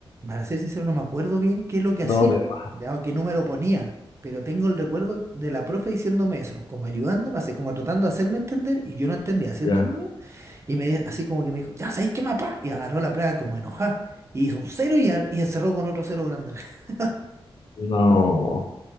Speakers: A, on the right; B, on the left.
A: para ser sincero, no me acuerdo bien qué es lo que
B: no,
A: hacía,
B: de más,
A: ya, o qué número ponía, pero tengo el recuerdo de la profe diciéndome eso, como ayudándome, así como tratando de hacerme entender, y yo no entendía siendo
B: ya,
A: niño, y me di- así como que me dijo, ya sabéis qué mapa, y agarró la plaga como enojada, y hizo un cero y, a- y encerró con otro cero grande. <laughs>
B: no.